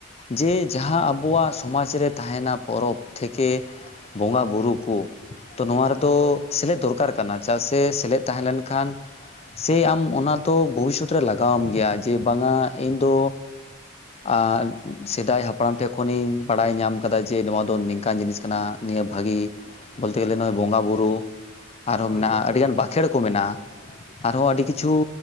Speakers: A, on the left (about 30°); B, in the centre.
A: ᱡᱮ ᱡᱟᱦᱟᱸ ᱟᱵᱚᱣᱟᱜ ᱥᱚᱢᱟᱡᱽ ᱨᱮ ᱛᱟᱦᱮᱱᱟ ᱯᱚᱨᱚᱵᱽ ᱛᱷᱮᱠᱮ ᱵᱚᱸᱜᱟ ᱵᱩᱨᱩ, ᱠᱩ ᱛᱚ ᱱᱚᱣᱟ ᱨᱮᱫᱚ
B: ᱦᱳᱭ ᱦᱳᱭ
A: ᱥᱮᱞᱮᱫ ᱫᱚᱨᱠᱟᱨ ᱠᱟᱱᱟ ᱪᱟᱜ ᱥᱮ ᱥᱮᱞᱮᱫ ᱛᱟᱦᱮᱸ ᱞᱮᱱᱠᱷᱟᱱ ᱥᱮᱭ ᱟᱢ ᱚᱱᱟ ᱛᱚ ᱵᱷᱚᱵᱤᱥᱥᱚᱛ ᱨᱮ ᱞᱟᱜᱟᱣᱟᱢ ᱜᱮᱭᱟ ᱡᱮ ᱵᱟᱝᱟ ᱤᱧ ᱫᱚ ᱟᱨ ᱥᱮᱫᱟᱭ ᱦᱟᱯᱲᱟᱢ ᱴᱷᱮᱜ ᱠᱷᱚᱱᱤᱧ ᱵᱟᱲᱟᱭ ᱧᱟᱢ ᱠᱟᱫᱟ ᱡᱮ ᱱᱚᱣᱟ ᱫᱚ ᱱᱤᱝᱠᱟᱱ ᱡᱤᱱᱤᱥ ᱠᱟᱱᱟ, ᱱᱤᱭᱟᱹ ᱵᱷᱟᱹᱜᱤ ᱵᱳᱞᱛᱮ ᱜᱮᱞᱮ ᱱᱚᱜ ᱚᱭ ᱵᱚᱸᱜᱟ ᱵᱩᱨᱩ, ᱟᱨᱦᱚᱸ
B: ᱦᱳᱭ
A: ᱢᱮᱱᱟᱜ-ᱟ
B: ᱦᱳᱭ
A: ᱟᱹᱰᱤᱜᱟᱱ
B: ᱦᱳᱭ
A: ᱵᱟᱠᱷᱮᱲ ᱠᱚ ᱢᱮᱱᱟᱜ-ᱟ
B: ᱮᱠᱫᱚᱢ
A: ᱟᱨᱦᱚᱸ ᱟᱹᱰᱤ
B: ᱮᱠᱫᱚᱢ
A: ᱠᱤᱪᱷᱩ